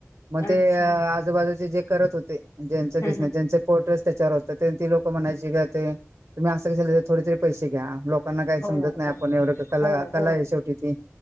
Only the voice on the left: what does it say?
अच्छा
हम्म
हम्म
हो
हो
हो